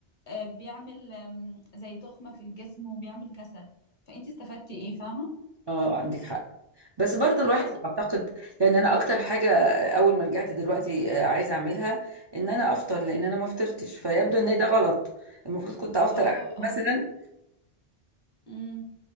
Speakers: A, on the left; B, on the right.
A: آه، بيعمل آم، زي تخمه في الجسم وبيعمل كسل فانت استفدتي ايه فاهمه
B: اه عندك حق بس برضو الواحد
A: انت اصلا
B: اعتقد يعني انا اكتر حاجه اول ما رجعت دلوقتي آه، عايزه اعملها ان انا افطر لان انا ما فطرتش فيبدو ان ده غلط المفروض كنت افطر
A: اه
B: قبل مثلا
A: اه إمم.